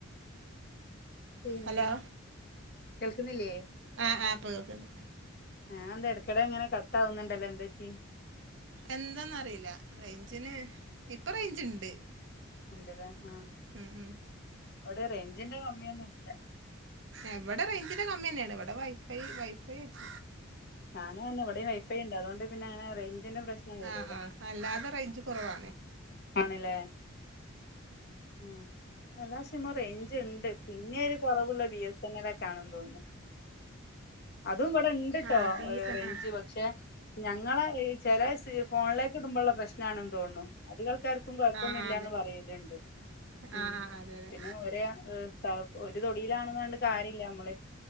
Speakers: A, on the left; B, on the right.
A: പിന്ന
B: ഹലോ
A: കേൾക്കുന്നില്ലേ
B: ആഹ് ആഹ് ഇപ്പോ കേക്കുണ്ട്
A: ആഹ് എന്താ ഇടക്കിടെ അങ്ങനെ കട്ടാവുന്നുണ്ടല്ലോ എന്ത് പറ്റി
B: എന്താന്നറിയില്ല റേഞ്ചിന് ഇപ്പ റേഞ്ചിണ്ട്‌
A: ഉണ്ടല്ലേ ആ
B: ഉം ഉം
A: അവിടെ റേഞ്ചിന്റെ കമ്മിയൊന്നുല്ല
B: എവിടെ റേഞ്ചിന്റെ കമ്മിയന്നെയാണ് ഇവിടെ വൈഫൈ വൈഫൈ വെച്ച
A: ഞാനന്നെവിടെയും വൈഫൈ ഉണ്ട് അത്കൊണ്ട് പിന്നെ അങ്ങനെ റേഞ്ചിന്റെ പ്രശ്നം വരൂല
B: ആ ആ അല്ലാതെ റേഞ്ച് കുറവാന്നേ
A: ആണല്ലേ ആ എല്ലാ സിമ്മും റേഞ്ച് ഇണ്ട് പിന്നെ ഒരു കുറവുള്ളത് ബി എസ് എൻ എൽ ഒക്കെ ആണെന്ന് തോന്നുന്നു അതും ഇവിടെണ്ട് ണ്ട്ട്ടോ
B: ആ ബി എസ് എൻ
A: റേഞ്ച്
B: ആ
A: പക്ഷെ ഞങ്ങളെ ചില ഫോണിലെ കേക്കുമ്പോളിള്ള പ്രശ്നാണെന്ന് തോന്നുന്നു അധികാൾക്കാർക്കും ക്കും കൊയപ്പൊന്നുമില്ലാന്ന്
B: ആ ആ അതെ
A: പറയലുണ്ട് ഉ
B: ആ ആ അതെ അതെ
A: പിന്നെ ഒരേ ഒരു തൊടിയിലാണെന്നണ്ട് കാര്യമില്ലമ്മള്